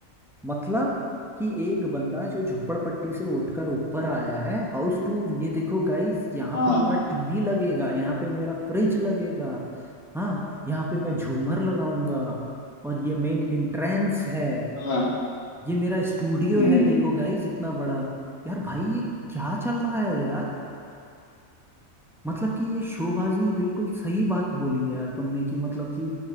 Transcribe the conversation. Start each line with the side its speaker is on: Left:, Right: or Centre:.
Centre: मतलब कि एक बंदा जो झोपड़पट्टी से उठकर ऊपर आया है हाउस टूर ये देखो गाइस यहाँ
Left: हाँ
Centre: पे मेरा टीवी लगेगा यहाँ पे मेरा फ्रिज लगेगा हाँ यहाँ पे मैं झूमर लगाऊंगा और ये मेन एंट्रेंस है
Left: हाँ
Centre: ये मेरा स्टूडियो
Left: हम्म
Centre: है देखो गाइस इतना बड़ा यार भाई ये क्या चल रहा है यार मतलब कि ये शोबाजी बिल्कुल सही बात बोली है यार तुमने कि मतलब कि